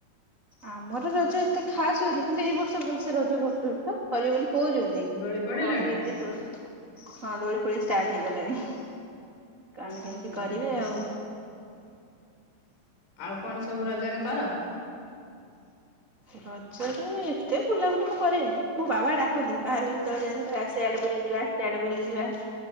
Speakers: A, on the right; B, on the left.
A: ଆମର ରଜ ଏତେ ଖାସ ହୁଏନି କିନ୍ତୁ ଏଇ ବର୍ଷ ଭଲସେ ରଜ କରୁଛନ୍ତି ତ କରିବେ ବୋଲି କହୁଛନ୍ତି।
B: ଦୋଳି ପଡିଲାଣି?
A: କଣ କେମିତି ହଁ ଦୌଡି ଫୋଡି ଷ୍ଟାର୍ଟ ହେଇଗଲାଣି। କଣ କେମିତି
B: ହୁଁ
A: କରିବି
B: ହୁଁ
A: ଆଉ।
B: ଆଉ କଣ ସବୁ ରଜରେ କର।
A: ରଜରେ ଏତେ ବୁଲାବୁଲି ମୁଁ କରେନି ମୁଁ ବାବା ଡାକନ୍ତି ବାହାରକୁ ଯେତେବେଳେ ଯାଆନ୍ତି କହିବା ସେଆଡେ ବୁଲି ଯିବା। ସଆଡେ ବୁଲିଯିବା